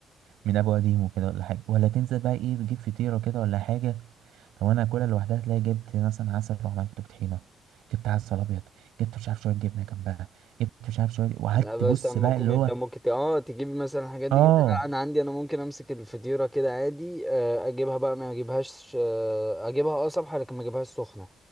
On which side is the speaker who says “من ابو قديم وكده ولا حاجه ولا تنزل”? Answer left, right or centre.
Right